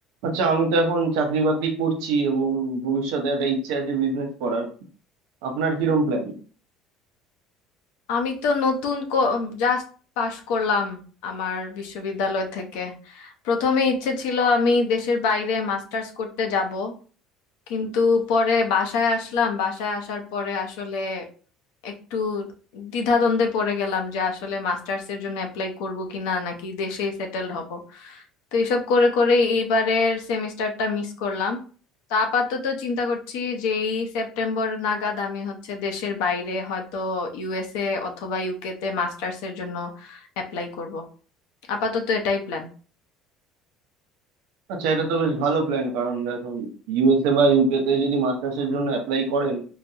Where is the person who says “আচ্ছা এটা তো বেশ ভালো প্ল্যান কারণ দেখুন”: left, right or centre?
Right